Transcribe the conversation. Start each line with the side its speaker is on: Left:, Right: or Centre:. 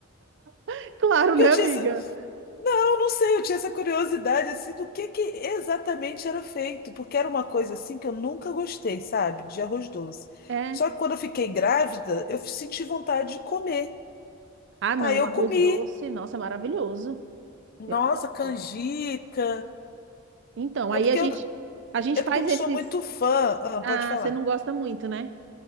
Right: <laughs> claro,
Left: Que
Right: né,
Left: eu tinha.
Right: amiga?
Left: Eu não sei, eu tinha essa curiosidade assim do que que exatamente era feito, porque era uma coisa assim que eu nunca gostei, sabe, de arroz doce.
Right: É.
Left: Só que quando eu fiquei grávida, eu senti vontade de comer.
Right: Ah, não,
Left: Aí eu
Right: arroz
Left: comi.
Right: doce, nossa, é maravilhoso.
Left: Nossa,
Right: Eu gosto.
Left: canjica.
Right: Então,
Left: É
Right: aí
Left: porque
Right: a gente
Left: eu,
Right: a gente
Left: é porque
Right: faz
Left: eu não
Right: esses.
Left: sou muito fã. Ah,
Right: Ah,
Left: pode falar.
Right: você não gosta muito, né?